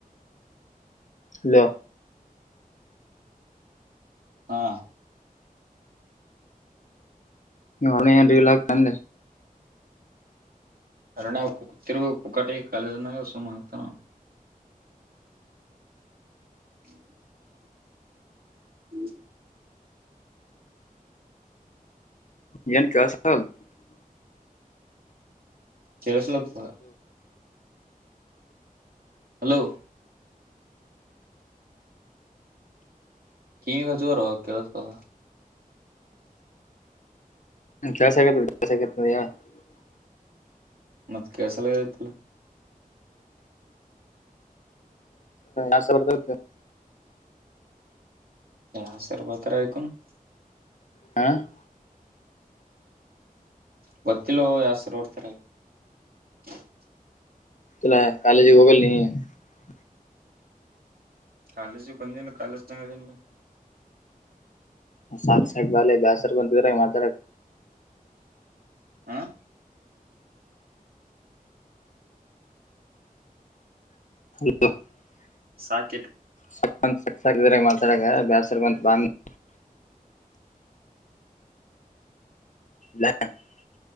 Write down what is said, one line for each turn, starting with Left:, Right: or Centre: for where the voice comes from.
Left: ಇಲ್ಲ
Right: ಹಾ
Left: ಅವಳೆ ಏನ್ರಿ ಇಲ್ಲ ಆಗ್ತಂದೆ
Right: ಅರಣ ಉಪ್ಪು ತಿರುವ ಉಪ್ಪುಕಾಟ ಕಾಲದನ ಸುಮ ಹತಾನ ಹ ಹ್ಮ
Left: ನು ಕ ಸಲ್ <unintelligible>
Right: ಕೆಲ ಸ್ಲ <unintelligible> ಹಲೋ <unintelligible> ಕಿಮಗ ಚೋರ ಕೆೇಳಸತ <unintelligible>
Left: ಕೆಸಗ ಕೆಸ <unintelligible>
Right: ಮತ್ತ್ ಕೆಲಸ ಎಲ್ಲ ಇರತ್ತಲ್ಲ <unintelligible>
Left: ಆಸ ಬರ್ತತ <unintelligible>
Right: ಯ ಹ ಸರ್ಭತ್ರ ಆಯಕಣ <unintelligible>
Left: ಹ.. <unintelligible>
Right: ಗೊತ್ತಿಲ್ಲೋ ಯಸ್ರು ಓಡ್ತಾರೆ <unintelligible>
Left: ತುಲ ಕಾಲಜಿ ಹೋಗಲ್ ನೀ <unintelligible>
Right: ಕಾಲೇಜ ಬಂದನು ಕಾಲೇಜ ಚಂಗ <unintelligible>
Left: ಸಾಕ ಸಾಕ ಬಾ <unintelligible> ದಸ್ರ್ ಬಂತ್ರ ಮಾತಡಕ್
Right: ಹ <unintelligible>
Left: ಹ.. <unintelligible>
Right: ಸಾ.. <unintelligible>
Left: ಸಕ್ಂದತ್ ಸಕ್ ಸಕಿದ್ರ ಮಾತಾಡಾಗ ಬೇಸರ್ ಬಂತ ಬ <unintelligible> ನಾ <unintelligible>